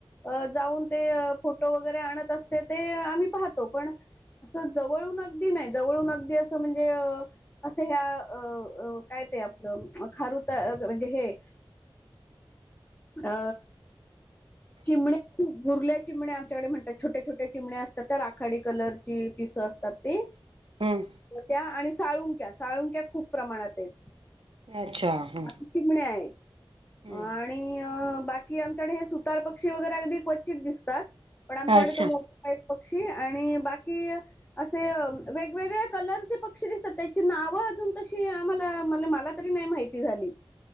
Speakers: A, on the left (about 20°); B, on the right (about 85°).
A: अ जाऊन ते फोटो वगैरे आणत असते ते आम्ही पाहतो पण अस जवळ गदी नाही जवळ अगदी अस म्हणजे असे ह्या काय ते आपल खारुता म्हणजे हे अ चिमण्या खूप भुरल्या चिमण्या डे म्हणतात छोटे छोटे चिमण्या असतात त्या राखाडी कलरची पिस असतात ते.
B: हम्म
A: त्या आणि साळुंक्या साळुक्या खूप प्रमाणात आहेत.
B: अच्छा हम्म
A: आणि चिमण्या आहेत
B: हम्म
A: आणि बाकी आमच्याकडे हे सुतार पक्षी वगैरे अगदी क्वचित दिसतात पण आमच्याकडे
B: अच्छा
A: तो मोठा एक पक्षी आणि बाकी असे वेगवेगळ्या कलरचे पक्षी दिसतात त्याची नाव अ त आम्हाला म्ह मला तरी नाही माहिती झाली